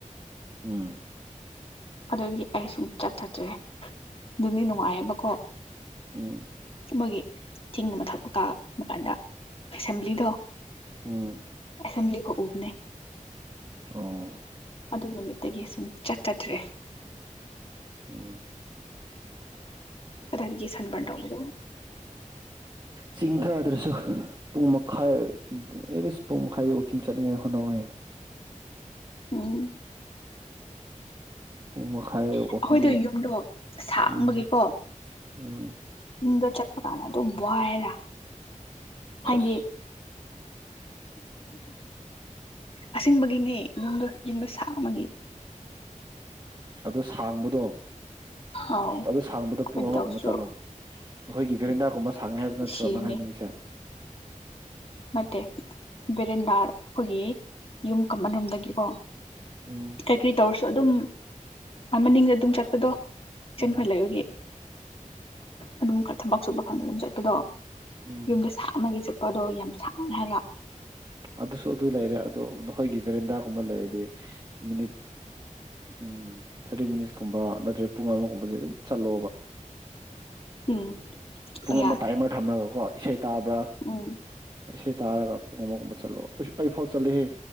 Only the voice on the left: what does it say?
ꯑꯗꯨꯗꯤ ꯑꯩ ꯁꯨꯝ ꯆꯠ ꯆꯠꯇ꯭ꯔꯦ ꯑꯗꯨꯗꯤ ꯅꯨꯡꯉꯥꯏꯌꯦꯕꯀꯣ
ꯃꯣꯏꯒꯤ ꯆꯤꯡ ꯃ ꯊꯛꯄ ꯀꯥꯕ ꯀꯥꯟꯗ ꯑꯦꯁꯦꯝꯕ꯭ꯂꯤꯗꯣ
ꯑꯦꯁꯦꯝꯕ꯭ꯂꯤ ꯀ ꯎꯕꯅꯦ
ꯑꯗꯨ ꯅꯨꯃꯤꯠꯇꯒꯤꯁꯨꯝ ꯆꯠꯀꯗ꯭ꯔꯦ
ꯔꯗꯤꯗꯒꯤ ꯁꯟꯕꯥꯗꯧꯕꯗꯝ
ꯑꯝ
ꯑꯩꯈꯣꯏꯗꯣ ꯌꯨꯝꯗꯣ ꯁꯥꯡꯕꯒꯤꯀꯣ
ꯌꯨꯝꯗ ꯆꯠꯄ ꯀꯥꯟꯗ ꯑꯗꯨꯝ ꯋꯥꯏꯔ
ꯍꯥꯏꯗꯤ ꯑꯁꯦꯡꯕꯒꯤꯅꯦ ꯌꯗ ꯌꯨꯝꯗ ꯁꯥ ꯑꯃꯒꯤ
ꯑꯥꯎ
ꯀꯔꯤ
ꯇꯧꯁꯤꯔꯣ
ꯁꯤꯔꯅꯤ
ꯅꯠꯇꯦ ꯕꯦꯔꯤꯟꯗꯥ ꯑꯩꯈꯣꯏꯒꯤ ꯌꯨꯝ ꯀꯃꯟꯔꯣꯝꯗꯒꯤꯀꯣ
ꯀ꯭ꯔꯤ ꯇꯧꯔꯁ ꯑꯗꯨꯝꯒ ꯑꯗꯨꯝ ꯆꯠꯄꯗꯣ ꯆꯪꯍꯜꯂꯒꯦ
ꯑꯗꯨꯝ ꯊꯕꯛ ꯆꯨꯞꯕ ꯈꯪꯗ ꯑꯗꯨꯝ ꯆꯠꯄꯗꯣ
ꯌꯨꯝꯗ ꯁꯥ ꯑꯃꯒꯤ ꯆꯠꯄ ꯄꯗꯣ ꯌꯥꯝ ꯁꯥꯡ ꯍꯥꯢꯕ
ꯎꯝ ꯆꯠꯄ
ꯌꯥꯏ
ꯎꯝ